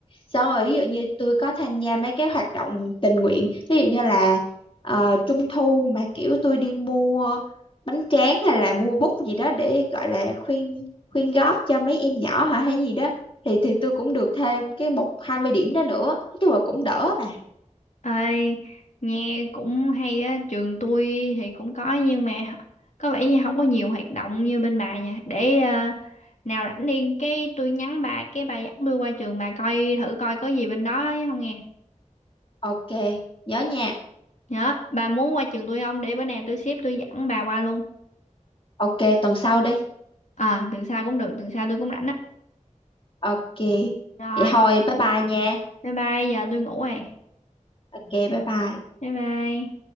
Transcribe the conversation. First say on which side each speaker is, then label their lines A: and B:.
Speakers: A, on the left (about 45°); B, on the left (about 65°).
A: xong rồi ví dụ như tôi có tham gia mấy cái hoạt động tình nguyện ví dụ như là ờ, trung thu mà kiểu tôi đi mua bánh tráng hay là mua bút gì đó để gọi là khuyên khuyên góp cho mấy em nhỏ hả hay gì đó thì thì tôi cũng được thêm cái một 20 điểm đó nữa nói chung là cũng đỡ bà
B: ơi nghe cũng hay á, trường tôi thì cũng có nhưng mà có vẻ như không có nhiều hoạt động như bên bà nha. Để ờ, nào rảnh đi cái tôi nhắn bà cái bà dẫn tôi qua trường bà coi thử coi có gì bên đó chứ không nghe
A: ok nhớ nha
B: nhớ bà muốn qua trường tôi không để bữa nào tôi xếp tôi dẫn bà qua luôn
A: ok tuần sau đi
B: ờ tuần sau cũng được tuần sau tôi cũng rảnh á
A: ok
B: rồi
A: vậy thôi bye bye nha
B: bye bye giờ tôi ngủ rồi
A: ok bye bye
B: bye bye